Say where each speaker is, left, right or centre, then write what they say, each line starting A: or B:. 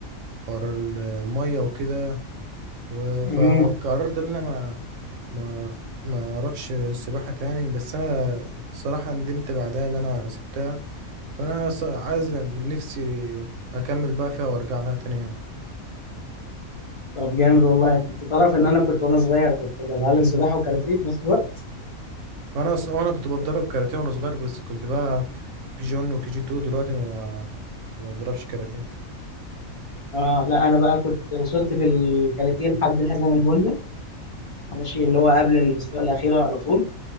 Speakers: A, on the right (about 70°); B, on the left (about 50°).
A: حوار المية وكده و- فقررت
B: امم
A: ان انا ما ما ما اروحش السباحه تاني بس انا صراحه ندمت بعدها ان انا سبتها فانا ص- عايز نفسي اكمل بقى فيها وارجع لها تاني يعني
B: طب جامد والله انت تعرف ان انا كنت وانا صغير كنت بتعلم سباحه وكاراتيه في نفس الوقت
A: انا وانا كنت بتدرب كاراتيه وانا صغير بس كنت بقى في كي جي 1 وكي جي 2 دلوقتي ما ب- ما بتدربش كاراتيه
B: اه لا انا بقى كنت وصلت في الكاراتيه لحد الحزام البني ماشي اللي
A: آه.
B: هو قبل المستوى الأخير على طول